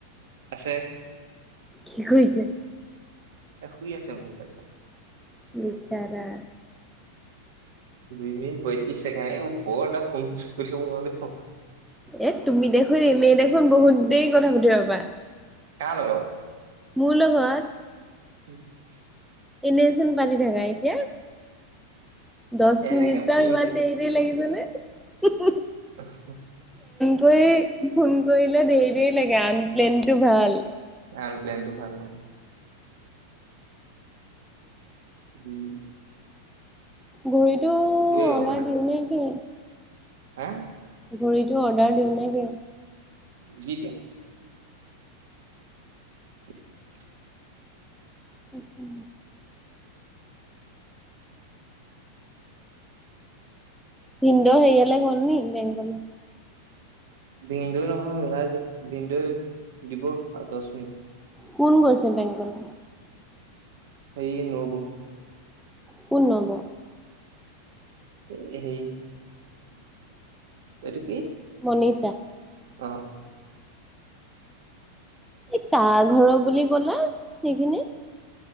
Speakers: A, on the right; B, in the centre.
A: আছে।
B: কি কৰিছে?
A: এ শুই আছে মোৰ। <unintelligible>
B: বিচাৰা
A: দুই মিনিট পয়ত্ৰিশ ছেকেণ্ড বৰ এটা ফোন <unintelligible>
B: এ তুমি দেখোন এনেই দেখোন বহুত দেৰি কথা পাতিব পাৰা।
A: কাৰ লগত।
B: মোৰ লগত।
A: <unintelligible>
B: এনেচোন পাতি থাকা, এতিয়া দচ
A: এনেকে
B: মিনিট বা
A: ফোন
B: ইমান দেৰি দেৰি লাগিছেনে।
A: আছো।
B: তুমি ফোন কৰিলে দেৰি দেৰি লাগে আনপ্লেনটো ভাল।
A: আনপ্লেনটো ভাল ন। উম।
B: ঘড়ীটো
A: লাগিব
B: অৰ্ডাৰ
A: মানে।
B: দিওঁ নে কি।
A: হা
B: ঘড়ীটো অৰ্ডাৰ দিওঁ নে কি?
A: যি দিয়া। <inaudible>
B: উ উ। ভিনদৌ হেৰিয়ালে গ'লনি বেংকলে।
A: ভিনদৌই নহয় ওলাইছে ভিনদৌই দিব আৰু দচ মিনিট।
B: কোন গৈছে বেংকলে?
A: <unintelligible> নবৌ
B: কোন নবৌ।
A: এ হেই। এইটো কি?
B: শুনিছা।
A: অ,
B: এই কাৰ ঘৰৰ বুলি ক'লা সেইখিনি।